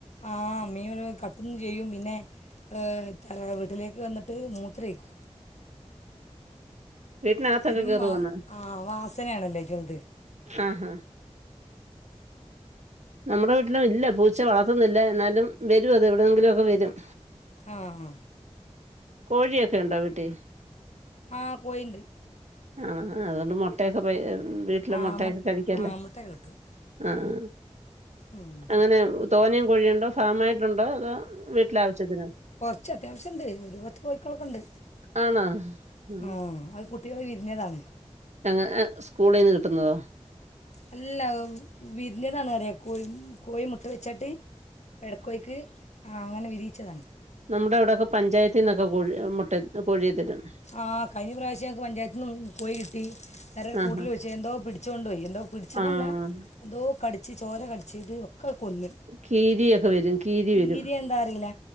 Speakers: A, on the left; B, on the right.
A: ആഹ് മീൻ കത്തും ചെയ്യും പിന്നെ അഹ് തറവാട്ടിലേക്ക് വന്നിട്ട് മൂത്രേയ്ക്കും.
B: വീട്ടിനകത്തൊക്കെ
A: പെരും
B: കേറുവോന്ന്
A: വാസനേണല്ലോ ചെലത്
B: ആഹാ നമ്മുടെ വീട്ടിലും ഇല്ല പൂച്ച വളർത്തുന്നില്ല എന്നാലും വരും അത് എവിടെന്നെങ്കിലും ഒക്കെ വരും.
A: ആഹാ
B: കോഴിയൊക്കെണ്ടോ വീട്ടിൽ
A: ആ കോഴിയുണ്ട്
B: ആഹ് അതോണ്ട്മൊ മുട്ടയൊക്കെ പോ വീട്ടിലെ
A: ആ
B: മുട്ടയൊക്കെ
A: മുട്ട
B: കഴിക്കേല്ലൊ
A: ആ മുട്ടയൊക്കെ കിട്ടും
B: ആഹ്
A: ഉം.
B: അങ്ങനെ തോന്നയും കോഴിയുണ്ടോ ഫാമായിട്ടുണ്ടോ അതോ വീട്ടിലെ ആവശ്യത്തിന്
A: അത്യാവശ്യണ്ട് ഒരു പത്ത് കോഴക്കളൊക്കെ ഇണ്ട്
B: ആണോ ഉം
A: ആഹ് കുട്ടികള് വിരിഞ്ഞതാണ്
B: ആഹാ സ്കൂളീന്ന് കിട്ടുന്നതോ
A: അല്ല വിരിഞ്ഞതാണ് അറിയ കോഴി കോഴി മുട്ട വെച്ചാട്ട് പെടക്കോയ്ക്ക് അ അങ്ങനെ വിരിയിച്ചതാണ്
B: നമ്മടെ ഇവിടെയൊക്കെ പഞ്ചായത്തീന്നൊക്കെ കോഴി മുട്ടേ കോഴിയെ തരും
A: ആ കഴിഞ്ഞ പ്രാവശ്യം ഞങ്ങക്ക് പഞ്ചായത്തിന്നും കോയി കിട്ടി വേറെ ഒരു
B: ആഹാ
A: കൂട്ടി ൽ വച്ചിന്നു എന്തോ പിടിച്ചു കൊണ്ടോയി എന്തോ പിടിച്ചതല്ല
B: ആഹ്
A: എന്തോ കടിച്ച് ചോരകടിച്ച്ത് ഒക്കെ കൊന്ന്
B: കീരിയൊക്കെ വരും
A: കീരി
B: വരും
A: എന്താ അറീല